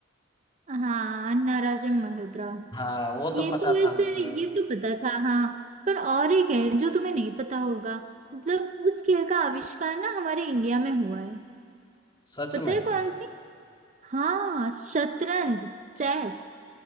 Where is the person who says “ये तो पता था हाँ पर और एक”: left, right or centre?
Right